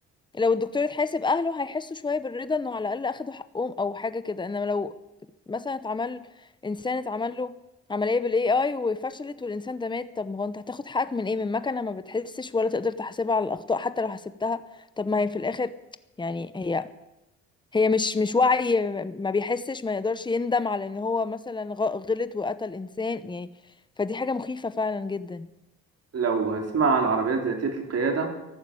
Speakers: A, on the left; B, on the right.
A: لو الدكتور اتحاسب اهله هيحسوا شويه بالرضا انه على الاقل اخدوا حقهم او حاجه كده انما لو مثلا اتعمل انسان اتعمل له عمليه بالاي اي وفشلت والانسان ده مات طب ما هو انت هتاخد حقك من ايه من مكنه ما بتحسش ولا تقدر تحاسبها على الاخطاء حتى لو حسبتها طب ما هي في الاخر يعني هي هي مش مش وعي م- ما بيحسش ما يقدرش يندم على ان هو مثلا غ- غلط وقتل انسان يعني فدي حاجه مخيفه فعلا جدا
B: لو تسمع عن العربيات ذاتيه القياده